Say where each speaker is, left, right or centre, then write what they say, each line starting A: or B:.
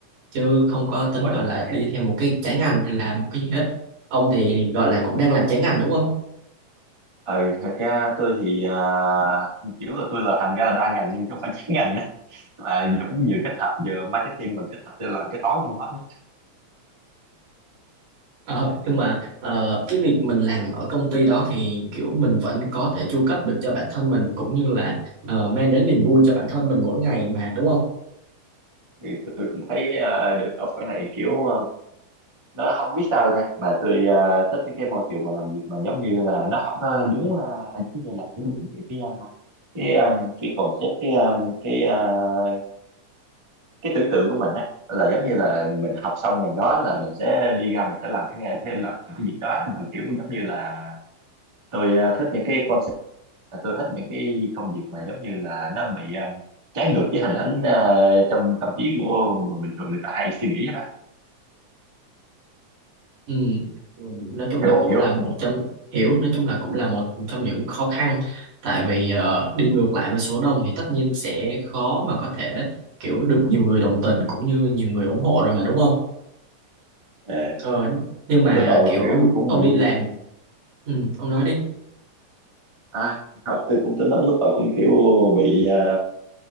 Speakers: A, on the right; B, on the right.
A: chứ không có tính
B: ôi
A: gọi
B: thế
A: là đi theo một cái trái ngành hay làm một cái gì hết. Ông thì gọi là cũng đang làm trái ngành đúng không?
B: ừ, thật ra tôi thì à, kiểu là tôi là thành ra là đa ngành nhưng chứ không phải chuyên ngành á. là nó cũng vừa kết hợp vừa marketing mà kết hợp tôi làm cái toán trong đó nữa.
A: Ờ, nhưng mà ờ, cái việc mình làm ở công ty đó thì kiểu mình vẫn có thể chu cấp được cho bản thân mình cũng như là ờ, mang đến niềm vui cho bản thân mình mỗi ngày mà đúng không?
B: thì tôi cũng thấy à, được ở cái này kiểu nó không biết sao nha mà tôi ờ, thích những cái môi trường mà làm việc mà giống như là nó không có đúng ờ, giống như là không đúng cái cái ờ, cái um, cái concept cái um, cái uh, cái tưởng tượng của mình á là giống như là mình học xong ngành đó là mình sẽ đi ra mình sẽ làm cái cái làm cái việc đó mà kiểu giống như là tôi uh, thích những cái concept là tôi thích những cái công việc mà giống như là nó bị um, trái ngược với hình ảnh uh, trong tâm trí của người bình thường người ta hay suy nghĩ á bạn
A: Ừ. Nói chung
B: hiểu
A: là
B: không
A: cũng
B: hiểu
A: là
B: không
A: một trong hiểu nói chung là cũng là một trong những khó khăn tại vì ờ, đi ngược lại với số đông thì tất nhiên sẽ khó mà có thể kiểu được nhiều người đồng tình cũng như nhiều người ủng hộ rồi mà đúng không?
B: Ờ,
A: Ờ, nhưng mà
B: lúc đầu
A: kiểu
B: kiểu
A: ông
B: cũng
A: ông
B: bị
A: đi làm ừ, ông nói đi
B: ai học thì cũng tính nói lúc đầu cũng kiểu bị à,